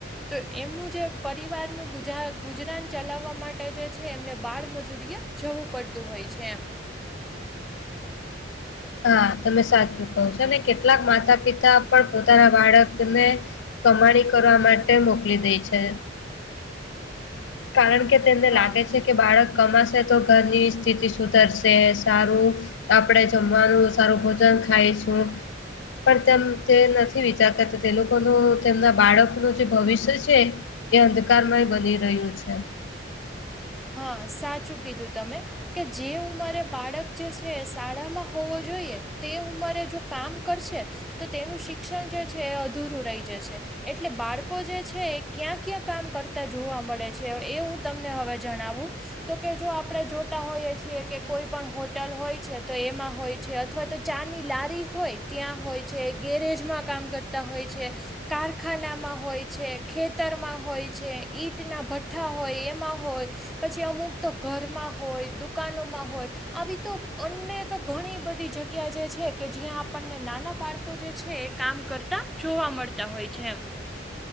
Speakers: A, in the centre; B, on the left.
A: તો એમનું જે પરિવારનું ગુજરાન. ચલાવવા માટે જે છે, એમને બાળમજૂરીએ જવું પડતું હોય છે એમ.
B: હા તમે સાચું કહો છો, અને કેટલાક માતા પિતા પણ પોતાના બાળકને કમાણી કરવા માટે મોકલી દે છે. કારણ કે તેમને
A: હા
B: લાગે છે. કે બાળક કમાશે તો ઘરની સ્થિતિ સુધરશે સારું આપડે જમવાનું સારું ભોજન ખાય છું. પણ તેમ તે નથી વિચારતા તે લોકોનું તેમના બાળકનું જે ભવિષ્ય છે. એ અંધકારમાંય બની રહ્યું છે.
A: હા સાચું કીધું તમે. કે જે ઉંમારે બાળક જે છે, શાળામાં હોવો જોઈએ તે ઉંમારે જો કામ કરશે. તો તેનું શિક્ષણ જે છે, એ અધૂરું રહી જશે. એટલે બાળકો જે છે એ ક્યાં ક્યાં કામ કરતા જોવા મળે છે એ હું તમને હવે જણાવું તો કે જો આપણે જોતા હોઈએ છીએ કે કોઈ પણ હોટલ હોય છે તો એમાં હોય છે અથવા તો ચારની લારી હોય ત્યાં હોય છે ગેરેજમાં કામ કરતા હોય છે. કારખાનામાં હોય છે ખેતરમાં હોય છે ઈંટના ભઠ્ઠા હોય એમાં હોય. પછી અમુક તો ઘરમાં હોય દુકાનોમાં હોય. આવી તો અનેક ઘણી બધી જગ્યા જે છે કે જ્યાં આપણને નાના બાક એ કામ કરતા જોવા મળતા હોય છે એમ.